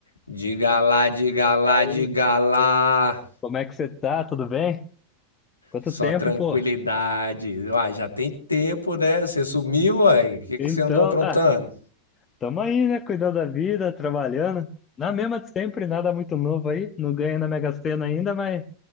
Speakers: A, on the left; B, on the left.
A: Diga lá, diga lá,
B: aí,
A: diga lá.
B: como é que você tá? Tudo bem? Quanto
A: Só
B: tempo,
A: tranquilidade.
B: pô?
A: Uai, já tem tempo, né? Você sumiu, uai. O que
B: Então,
A: que você andou aprontando?
B: ah, tamo aí, né? Cuidando da vida, trabalhando. Na mesma de sempre, nada muito novo aí. Não ganho na Mega Sena ainda, mas,